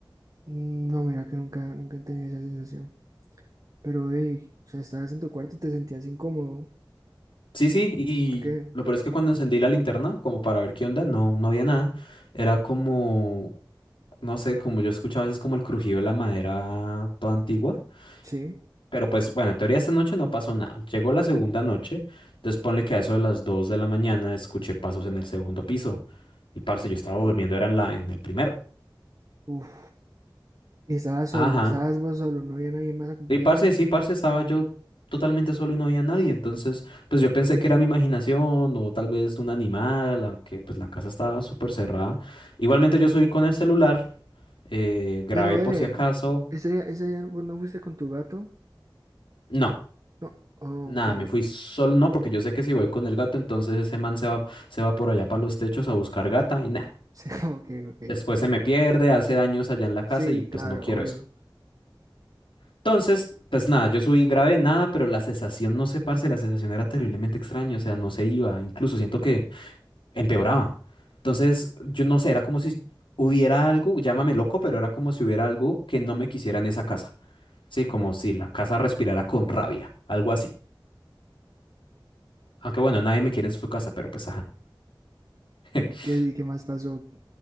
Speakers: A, on the right; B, on the left.
A: Mm, No, mira que nunca, nunca he tenido esa sensación. Pero, hey, o sea, estabas en tu cuarto y te sentías incómodo.
B: Sí, sí, y
A: ¿Por qué?
B: lo peor es que cuando encendí la linterna, como para ver qué onda, no, no había nada. Era como, no sé, como yo escuchaba a veces como el crujido de la madera toda antigua.
A: Sí.
B: Pero pues, bueno, en teoría esta noche no pasó nada. Llegó la segunda noche, entonces ponle que a eso de las 2 de la mañana escuché pasos en el segundo piso. Y parce, yo estaba durmiendo, era en la, en el primero.
A: Uf. Y estabas solo,
B: Ajá.
A: estabas vos solo, no había nadie más acompañado.
B: Y parce, sí, parce, estaba yo totalmente solo y no había nadie. Entonces, pues yo pensé que era mi imaginación o tal vez un animal, aunque pues la casa estaba súper cerrada. Igualmente yo subí con el celular, eh, grabé
A: Pero,
B: por
A: eh,
B: si acaso.
A: ese día, ese día vos no fuiste con tu gato.
B: No.
A: No, oh,
B: Nada,
A: ok,
B: me fui
A: <laughs>
B: solo, no, porque yo sé que si voy con el gato, entonces ese man se va, se va por allá para los techos a buscar gata y nada.
A: sí, ok, ok.
B: Después se me pierde, hace daños allá en la casa
A: Sí,
B: y pues
A: claro,
B: no quiero
A: obvio.
B: eso. Entonces, pues nada, yo subí grave, nada, pero la sensación, no sé, parce, la sensación era terriblemente extraña, o sea, no se iba, incluso siento que empeoraba. Entonces, yo no sé, era como si hubiera algo, llámame loco, pero era como si hubiera algo que no me quisiera en esa casa. Sí, como si la casa respirara con rabia, algo así. Aunque bueno, nadie me quiere en su casa, pero pues ajá. <laughs>
A: ¿Y qué, y qué más pasó?